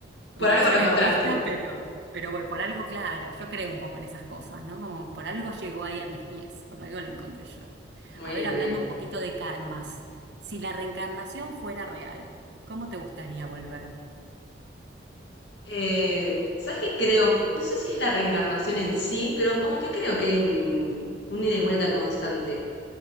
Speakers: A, on the left (about 70°); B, on the right (about 65°).
A: Por
B: Y
A: algo
B: Suena
A: lo encontraste.
B: egoísta, pero, pero bueno, por algo, claro, yo creo un poco en esas cosas, ¿no? Como por algo llegó ahí a mis pies, por algo lo encontré yo.
A: Muy
B: A ver,
A: bien,
B: hablando
A: muy bien.
B: un poquito de karmas, si la reencarnación fuera real, ¿cómo te gustaría volver?
A: Eh, ¿Sabes qué creo? No sé si es la reencarnación en sí, pero como que creo que hay un, un ida y vuelta constante.